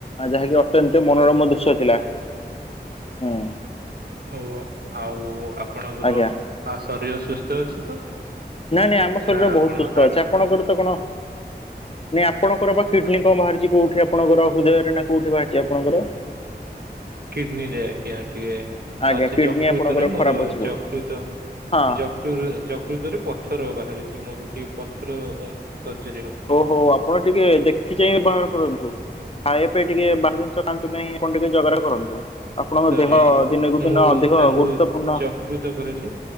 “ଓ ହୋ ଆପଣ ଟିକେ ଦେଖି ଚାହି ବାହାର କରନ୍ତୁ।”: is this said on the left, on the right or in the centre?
Left